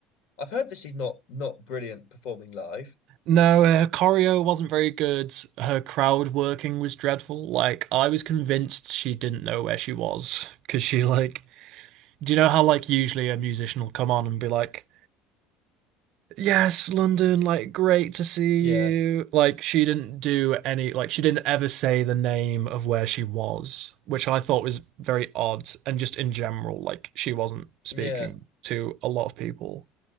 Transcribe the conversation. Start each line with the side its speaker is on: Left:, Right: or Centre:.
Left: I've heard that she's not not brilliant performing live.
Right: No, her choreo wasn't very good. Her crowd working was dreadful. Like, I was convinced she didn't know where she was because she like Do you know how like usually a musician will come on and be like, "Yes, London, like great to see
Left: Yeah,
Right: you." Like she didn't do any like she didn't ever say the name of where she was, which I thought was very odd and just in general like she wasn't speaking
Left: yeah,
Right: to a lot of people.